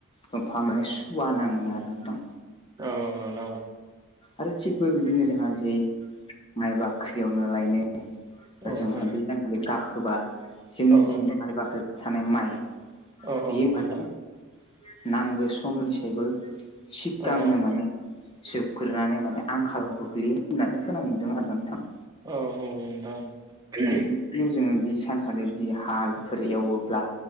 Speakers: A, on the left (about 25°); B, on the right (about 20°).
A: दंफाङा माने सुवा नाङोनो आरो नोंथां।
B: ओ नोंथां औ
A: आरो थिग बेबायदिनो जोंहा जि माइ बाख्रि उनु लायनाय ओमफ्राय
B: औ
A: जोंहा
B: नोंथां
A: बि सानखालि गाखोबा जोंनि
B: औ
A: जि माइ बाख्रियाव थानाय माइ
B: औ औ
A: बियो
B: नोंथां
A: माने नांगो समनिसायबो सिगांनो
B: औ नोंथां
A: माने जोबग्रोनानै माने आंखालाव गोग्लैयो होननानै खोनानो मोनदों आरो नोंथां।
B: औ औ नोंथां औ
A: बिदिनो जोङो बे सानखालि जुदि हालफोर एवोब्ला